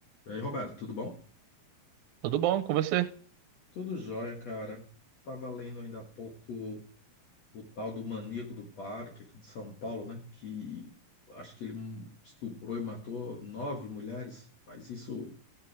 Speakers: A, on the left; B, on the right.
A: E aí, Roberto, tudo bom?
B: Tudo bom com você?
A: Tudo jóia, cara. Tava lendo ainda há pouco o tal do maníaco do parque aqui de São Paulo, né? Que acho que ele estuprou e matou nove mulheres, mas isso